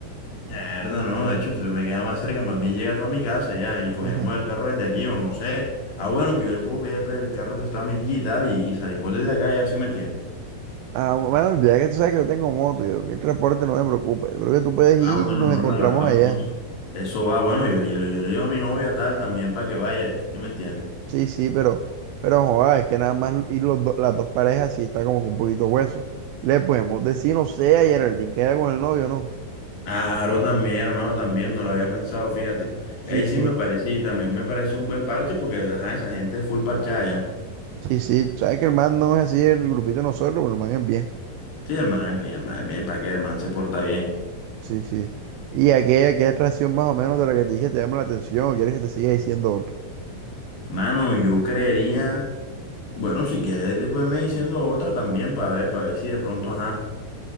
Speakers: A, on the left; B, on the right.
A: Mierda, no, de hecho, entonces me queda más cerca, más bien llega tú a mi casa ya
B: <laughs>
A: y cogemos el carro desde aquí o no sé. Ah, bueno, que yo le puedo pedir pre- el carro prestado a mi tía y tal y, y salimos desde acá, ya sí me entiendes.
B: Ah, bueno, el viaje, tú sabes que yo tengo moto, yo, el transporte no me preocupa. Yo creo que tú puedes
A: Ah,
B: ir
A: bueno,
B: y nos
A: no,
B: encontramos
A: relajado
B: allá.
A: entonces. Eso va, bueno, yo, yo, yo le digo a mi novia tal también para que vaya, ¿sí me entiendes?
B: Sí, sí, pero, pero joda, es que nada más ir los do- las dos parejas sí está como que un poquito hueso. Le podemos decir, no sé, a Geraldine queda con el novio, ¿no?
A: Claro, también, hermano, también, no lo había pensado, fíjate.
B: Sí,
A: Ahí
B: sí,
A: sí me parece y también me parece un buen parche porque, ajá, esa gente es full parchada ya.
B: sí, sí. Sabes que el man no es así en el grupito de nosotros, pero el man es bien.
A: Sí, el man es bien, el man es bien, para que el man se porta bien.
B: Sí, sí. Y aquella, aquella atracción más o menos de la que te dije te llama la atención, o quieres que te siga diciendo otra.
A: Mano, yo creería... Bueno, si quieres, te- pues me diciendo otra también para ver, para ver si de pronto, ajá,